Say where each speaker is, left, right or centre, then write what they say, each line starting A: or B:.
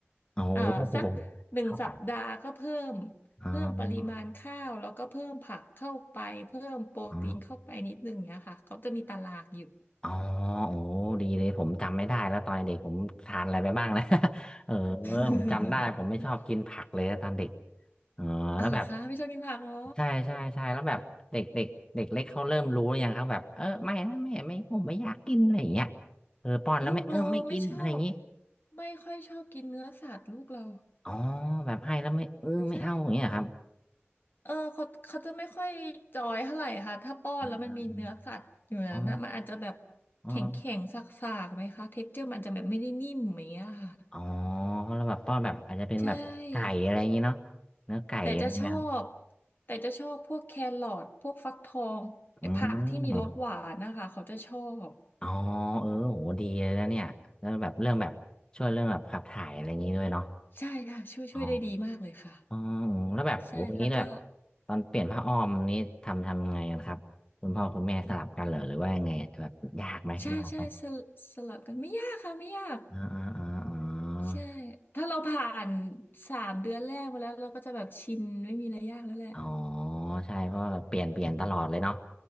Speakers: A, on the left (about 20°); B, on the left (about 50°).
A: โอ้โห
B: เอ่อสักหนึ่งสัปดาห์ก็เพิ่ม
A: เข้าไปอ๋อ
B: เพิ่มปริมาณข้าวแล้วก็เพิ่มผักเข้าไปเพิ่มโปรตีนเข้าไปนิดนึงเนี้ยค่ะเขาจะมีตารางอยู่
A: อ๋ออ๋อโอ้ดีเลยผมจำไม่ได้แล้วตอนเด็กผมทานอะไรไปบ้างนะ <laughs> เออ
B: <laughs>
A: ผมจำได้ผมไม่ชอบกินผักเลยตอนเด็กเอ๋อแล้วแบบ
B: อ่ะเหรอคะไม่ชอบกินผักเหรอ
A: ใช่ใช่ใช่แล้วแบบเด็กเด็กเด็กเล็กเขาเริ่มรู้หรือยังครับแบบเออไม่นะแม่ไม่ผมไม่อยากกินอะไรอย่างเงี้ยเออป้อนแล้วไม่เออไม่กินอะไรอย่างงี้
B: ลูกเราไม่ชอบไม่ค่อยชอบกินเนื้อสัตว์ลูกเรา
A: อ๋อแบบให้แล้วไม่เออไม่เอาอย่างเงี้ยครับ
B: ใช่ เออเขาเขาจะไม่ค่อยจอยเท่าไหร่ค่ะถ้าป้อนแล้วมันมีเนื้อสัตว์อยู่นั้นนะมันอาจจะแบบ
A: อืมอืมอืมอ๋ออ๋อ
B: แข็งแข็งสากๆไหมคะเท็กเจอร์มันอาจจะแบบไม่ได้นิ่มอย่างเงี้ยค่ะ
A: อ๋อแล้วแบบป้อนแบบอาจจะเป็นแบบไก่อะไรอย่างงี้เนาะเนื้อไก่อะไรไหมครับ
B: ใช่แต่จะชอบแต่จะชอบพวกแครอทพวกฟักทองไอ้ผักที่มีรสหวานนะคะเขาจะชอบ
A: อืมอ๋อเออโหดีเลยนะเนี่ยแล้วแบบเรื่องแบบช่วยเรื่องแบบขับถ่ายอะไรอย่างงี้ด้วยเนาะ
B: ใช่ค่ะช่วยช่วยได้ดีมากเลยค่ะ
A: อ๋ออ๋ออืมแล้วแบบโหอย่างนี้แบบ
B: ใช่แล้วก็
A: ตอนเปลี่ยนผ้าอ้อมนี้ทำทำไงกันครับคุณพ่อคุณแม่สลับกันเหรอหรือว่ายังไงอะแบบยากไหมยากไหม
B: ใช่ใช่สลสลัดกันไม่ยากค่ะไม่ยาก
A: อ่าอ่าอ่า
B: ใช่ถ้าเราผ่านสามเดือนแรกมาแล้วเราก็จะแบบชินไม่มีอะไรยากแล้วแหละ
A: อ๋อใช่เพราะว่าเปลี่ยนเปลี่ยนตลอดเลยเนาะ